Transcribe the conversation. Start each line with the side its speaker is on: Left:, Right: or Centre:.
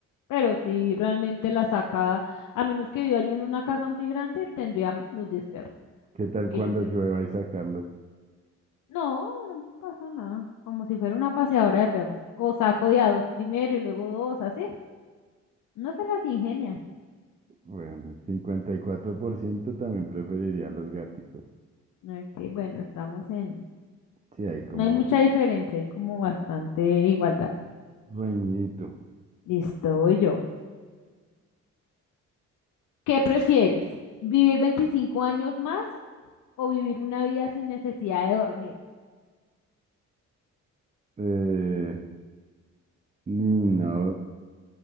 Left: Pero si realmente la saca, a menos que viva yo en una casa muy grande, tendría los 10 perros.
Right: ¿Qué tal
Left: Que
Right: cuando
Left: yo sepa.
Right: llueva y sacarlos?
Left: No, no pasa nada. Como si fuera una paseadora de perros. O saco de a dos primero y luego dos, así. No se las ingenia.
Right: Bueno, el 54% también preferiría los gatos.
Left: Ok, bueno, estamos en...
Right: Sí, hay como
Left: No hay mucha diferencia, hay como bastante igualdad.
Right: reñidito.
Left: Listo, voy yo. ¿Qué prefieres? ¿Vivir 25 años más o vivir una vida sin necesidad de dormir?
Right: Eh, ni no,